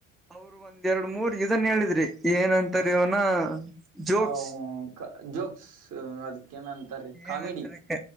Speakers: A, in the centre; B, on the right.
A: ಅವರು ಒಂದ್ ಎರಡ್ ಮೂರ್ ಇದನ್ ಹೇಳಿದ್ರಿ ಏನಂತಾರ ಇವನ. <unintelligible> ಜೋಕ್ಸ್
B: ಹ ಜೋಕ್ಸ್ ಅದಕ್ಕ ಏನಂತಾರೆೀ ಕಾಮಿಡಿ
A: ಏನಂತಾರೆ